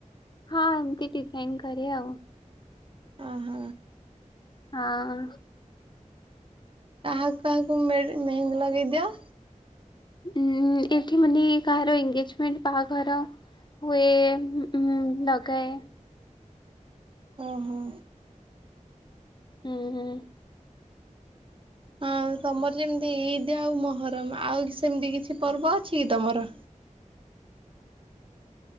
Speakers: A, on the left; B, on the right.
A: ହଁ ସିକିଚି ଏମିତି କରେ। ଆଉ
B: ଅ ହ।
A: ହଁ।
B: କାହାକୁ କାହାକୁ ମେର ମେହେନ୍ଦି ଲଗେଇଦିଅ?
A: ଉ ଏଠି ମାନେ କାହାର ଏଗେଜମେଣ୍ଟ ବାହାଘର ହୁଏ <unintelligible> ଲଗାଏ।
B: ଓହୋ।
A: ହୁଁ ହୁଁ।
B: ହଁ ତମର ଯେମିତି ଇଦ୍ ଆଉ ମହରମ୍ ଆଉ ସେମିତି କିଛି ପର୍ବ ଅଛି କି ତମର?